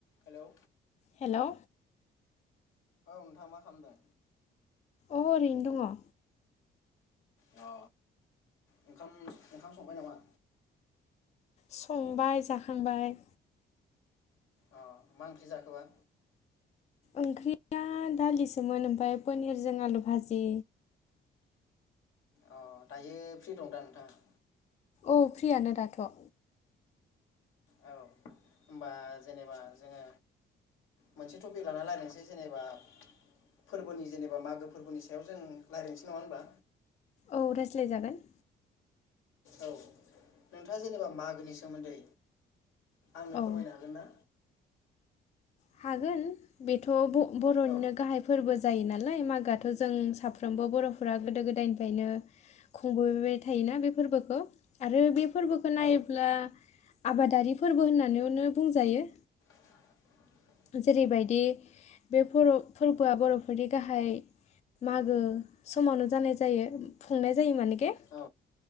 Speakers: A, on the left; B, on the left.
A: हेलौ।
B: हेलौ।
A: औ नोंथां मा खालामदों?
B: अ ओरैनो दङ।
A: अ ओंखाम ओंखाम संबाय नामा?
B: संबाय जाखांबाय।
A: अ मा ओंख्रि जाखोबा?
B: ओंख्रिया दालिसोमोन ओमफ्राय पनिरजों आलु भाजि।
A: अ दायो फ्रि दं दा नोंथाङा?
B: औ फ्रियानो दाथ'।
A: औ होमबा जेनेबा जोङो मोनसे टपिक लानानै रायलायनोसै जेनेबा फोरबोनि जेनेबा मागो फोरबोनि सायाव जों रायज्लायनोसै नङा होनबा?
B: औ रायज्लायजागोन।
A: औ नोंथाङा जेनेबा मागोनि सोमोन्दै आंनो
B: औ
A: फोरमायनो हागोन ना?
B: हागोन बेथ' ब-बर'निनो
A: औ
B: गाहाय फोरबो जायो नालाय मागोआथ' जों साफ्रोमबो बर'फोरा गोदो गोदायनिफायनो खुंबोबाय थायोना बे फोरबोखो आरो बे फोरबोखो नायोब्ला
A: औ
B: आबादारि फोरबो होननानैनो बुंजायो।
A: <inaudible>
B: जेरैबायदि बे फर' फोरबोआ बर'फोरनि गाहाय मागो समावनो जानाय जायो खुंनाय जायो मानोके।
A: औ